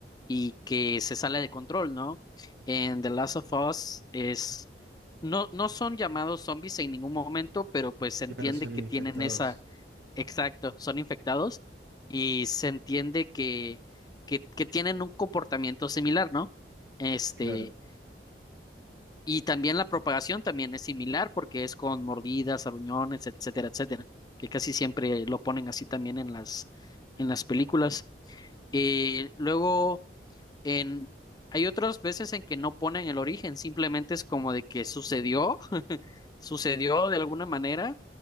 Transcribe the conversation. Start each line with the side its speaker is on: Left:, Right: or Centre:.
Left: y que se sale de control, ¿no? En The Last of Us es no no son llamados zombies en ningún momento, pero pues se
Right: Claro,
Left: entiende
Right: son
Left: que
Right: infectados.
Left: tienen esa exacto, son infectados y se entiende que que que tienen un comportamiento similar, ¿no? Este
Right: Claro.
Left: y también la propagación también es similar porque es con mordidas, aruñones, etcétera, etcétera, que casi siempre lo ponen así también en las, en las películas. Eh, luego, en, hay otras veces en que no ponen el origen, simplemente es como de que sucedió, <laughs> sucedió de alguna manera